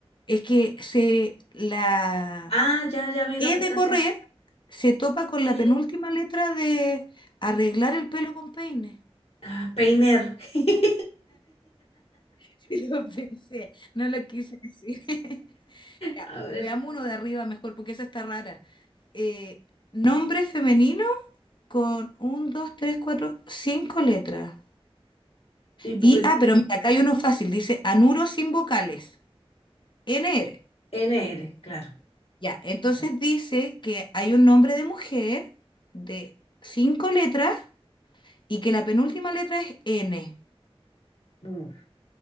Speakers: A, on the left; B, on the left.
A: Es que se la
B: Ah, ya, ya vi
A: E
B: lo que estás
A: de correr
B: haciendo.
A: se topa con
B: Sí.
A: la penúltima letra de arreglar el pelo con peine.
B: Ah, peiner.
A: <laughs>
B: <laughs>
A: Sí lo pensé, no lo quise decir. <laughs> Ya,
B: A ver,
A: veamos uno de arriba mejor, porque esa está rara. Eh, nombre femenino con un, dos, tres, cuatro, cinco letras.
B: tipo
A: Y, ah, pero mira, acá hay uno fácil, dice anuro sin vocales, n r
B: NR, claro.
A: Ya, entonces
B: claro.
A: dice que hay un nombre de mujer de cinco letras y que la penúltima letra es N.
B: Uf,